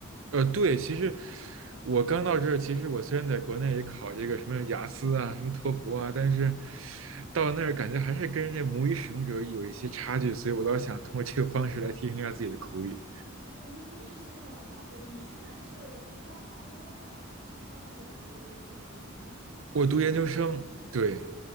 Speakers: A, on the right; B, on the right.
A: 呃，对，其实我刚到这儿，其实我虽然在国内也考这个什么雅思啊、什么托福啊，但是到那儿感觉还是跟人家母语使用者有一些差距，所以我倒想通过这个方式来提升一下自己的口语。
B: 呃一一定是非常有差距的。你现在是刚到温哥华读本科还是读研究生？
A: 我读研究生，对，